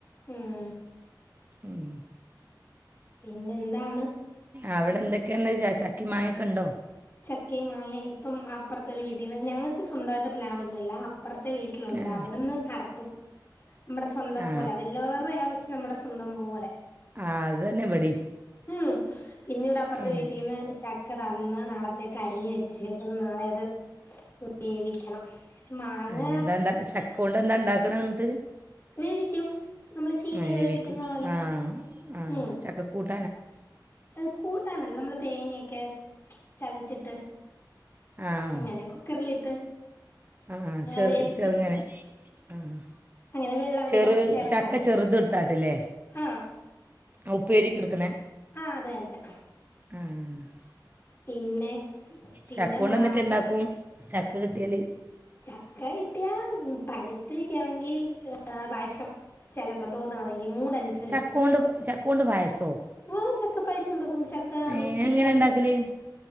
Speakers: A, on the left; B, on the right.
A: ഉം
B: ഉം
A: പിന്നെ എന്താണ്?
B: അവിടെ എന്തെക്കെണ്ട് ച ചക്കിം, മാങ്ങിയൊക്കെ ഇണ്ടോ?
A: ചക്കയും, മാങ്ങയും ഇപ്പം അപ്പുറത്തെ ഒരു വീട്ടീന്ന് ഞങ്ങ ക്ക് സ്വന്തവായിട്ട് പ്ലാവൊന്നും ഇല്ല അപ്പുറത്തെ വീട്ടിലുണ്ട്
B: ആ
A: അവിടുന്ന് അടത്തും നമ്മടെ സ്വന്തം
B: ആ
A: പോലെയ വെല്ലവര്ടയാ പക്ഷേ നമ്മുടെ സ്വന്തം പോലെ
B: ആഹ് അത് തന്നെ ഇവിടെയും
A: ഉം പിന്നിവിടെ അപ്പുറത്തെ
B: ഏ
A: വീട്ടിന്ന് ചക്ക തന്ന് നാളെ ത്തേക്ക് അരിഞ്ഞ് വെച്ചേക്ക്ന്ന് നാളെ അത് വേവിക്കണം മാങ്ങ
B: ഏഹ് എന്താ ചക്കോണ്ട് എന്താ ഇണ്ടാക്ക്ണെ എന്ന്ട്ട്?
A: വേവിക്കും നമ്മള് ചീനിയൊക്കെ
B: വേവിക്കും
A: വേവിക്കുന്ന പോലെ
B: ആഹ് ആഹ്
A: ഉം
B: ചക്കക്കൂട്ട
A: അത് കൂട്ടാനല്ല നമ്മള് തേങ്ങയൊക്കെ ചതച്ചിട്ട്
B: ആഹ്
A: അങ്ങനെ കുക്കറിലിട്ട്
B: ആഹ് ചെ
A: വേവിച്ചിട്ട്
B: ചെറുങ്ങനെ ആഹ് ആഹ്
A: അങ്ങനെ വെള്ളം അധികം
B: ചെറു
A: ചേർക്കാതെ
B: ചക്ക ചെറുതെടുത്താട്ട്ല്ലേ?
A: ആഹ്
B: ളപ്പേരിക്ക്ട്ക്കണേ
A: ആഹ് അത് തന്നെ
B: ആഹ് മന
A: പിന്നെ? പിന്നെ
B: ചക്കോണ്ട്
A: മാങ്ങ
B: എന്തൊക്കെ ഇണ്ടാക്കും? ചക്ക കിട്ടിയാല്
A: ചക്ക കിട്ടിയ പഴുത്തയക്കെ ആണെങ്കി ഏഹ് പായസം ചെലപ്പ തോന്നാണെങ്കി മൂട് അനുസരിച്ച്
B: ചാക്കോണ്ട് ചാക്കോണ്ട് പായസോ?
A: ആഹ് ചക്ക പായസം ഉണ്ടാക്കും ചക്ക
B: ഏഹേ
A: മിക്സിക്കകത്ത്
B: അത് എങ്ങനെ ഇണ്ടാക്കല്?